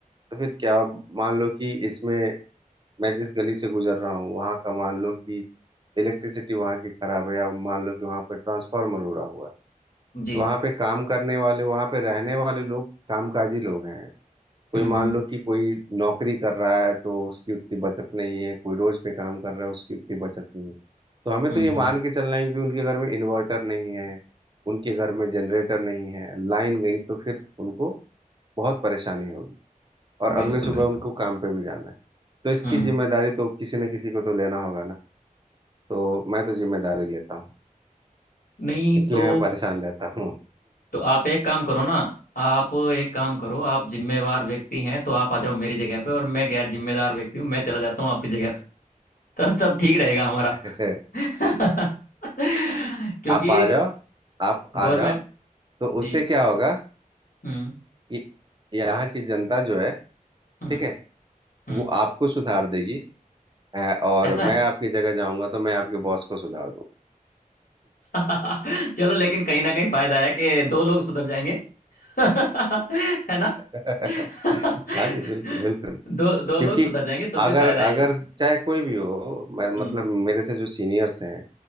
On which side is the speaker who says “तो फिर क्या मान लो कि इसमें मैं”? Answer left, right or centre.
Right